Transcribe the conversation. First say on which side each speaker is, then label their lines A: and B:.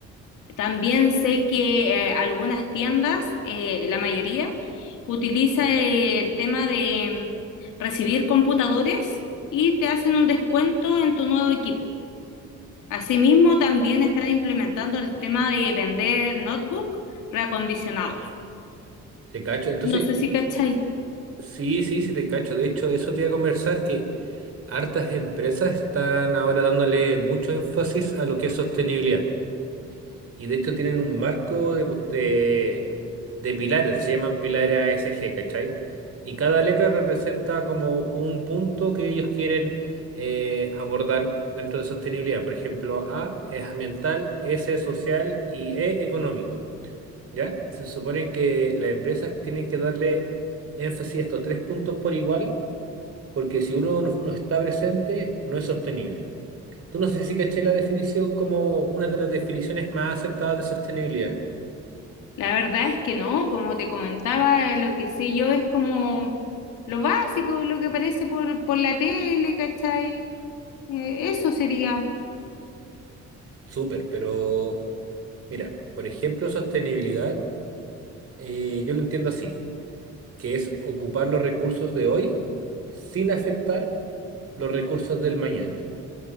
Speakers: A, on the left; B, on the right.
A: También sé que eh, algunas tiendas, eh, la mayoría, utiliza eh, el tema de recibir computadores y te hacen un descuento en tu nuevo equipo. Asimismo, también están implementando el tema de vender notebook reacondicionados.
B: ¿Te cacho? Entonces,
A: No sé si cachai.
B: sí, sí, sí, te cacho. De hecho, eso te iba a conversar que hartas empresas están ahora dándole mucho énfasis a lo que es sostenibilidad. Y de hecho tienen un marco de, de, de pilares, se llaman pilares ASG, ¿cachai? Y cada letra representa como un punto que ellos quieren eh, abordar dentro de sostenibilidad. Por ejemplo, A es ambiental, S es social y E económico, ¿ya? Se supone que las empresas tienen que darle énfasis a estos tres puntos por igual, porque si uno no no está presente, no es sostenible. Tú no sé si caché la definición como una de las definiciones más aceptadas de sostenibilidad.
A: La verdad es que no, como te comentaba, eh, lo que sé yo es como lo básico, lo que aparece por, por la tele, ¿cachai? Eh, eso sería.
B: Súper, pero mira, por ejemplo, sostenibilidad, eh, yo lo entiendo así, que es ocupar los recursos de hoy sin afectar los recursos del mañana.